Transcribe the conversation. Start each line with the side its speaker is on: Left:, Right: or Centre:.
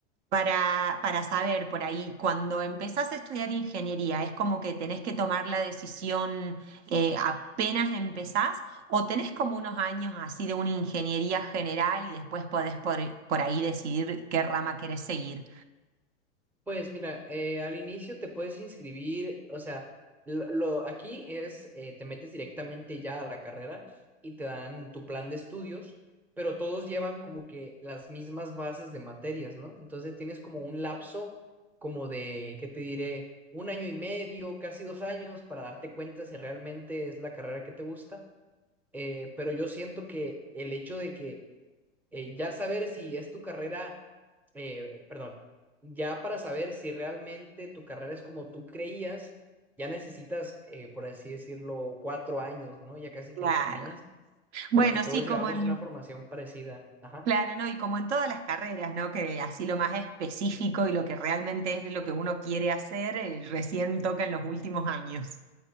Right: para, para saber por ahí, cuando empezás a estudiar ingeniería, ¿es como que tenés que tomar la decisión eh, apenas empezás o tenés como unos años así de una ingeniería general y después podés por, por ahí decidir qué rama querés seguir?
Centre: Pues mira, eh, al inicio te puedes inscribir, o sea, lo, lo- aquí es, eh, te metes directamente ya a la carrera y te dan tu plan de estudios, pero todos llevan como que las mismas bases de materias, ¿no? Entonces tienes como un lapso como de, ¿qué te diré? Un año y medio, casi dos años para darte cuenta si realmente es la carrera que te gusta. Eh, pero yo siento que el hecho de que eh, ya saber si es tu carrera, eh, perdón, ya para saber si realmente tu carrera es como tú creías, ya necesitas, eh, por así decirlo, cuatro años, ¿no? Ya casi
Right: Claro.
Centre: que lo terminas,
Right: Bueno,
Centre: porque todos
Right: sí, como
Centre: llevamos
Right: en mi
Centre: una formación parecida. Ajá.
Right: Claro, ¿no? Y como en todas las carreras, ¿no? Que así lo más específico y lo que realmente es lo que uno quiere hacer, eh, recién toca en los últimos años.